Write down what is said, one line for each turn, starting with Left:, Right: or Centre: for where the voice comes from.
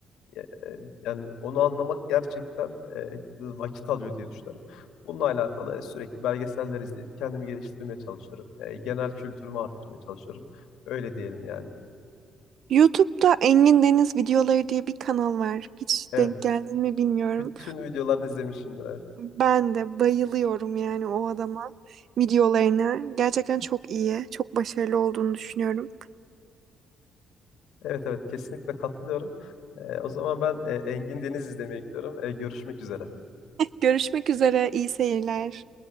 Left: E, e, Yani onu anlamak gerçekten e, vakit alıyor diye düşünüyorum. Bununla alakalı e, sürekli belgeseller izleyip kendimi geliştirmeye çalışıyorum. E, genel kültürümü artırmaya çalışıyorum. Öyle diyelim yani.
Right: YouTube'da Engin Deniz videoları diye bir kanal var. Hiç
Left: Evet.
Right: denk geldin mi bilmiyorum.
Left: Bütün videolarını izlemişimdir. Evet
Right: Ben de bayılıyorum yani o adama videolarına. Gerçekten çok iyi, çok başarılı olduğunu düşünüyorum.
Left: evet, evet kesinlikle katılıyorum. E, o zaman ben e, Engin Deniz izlemeye gidiyorum. E, görüşmek üzere.
Right: Görüşmek üzere, iyi seyirler.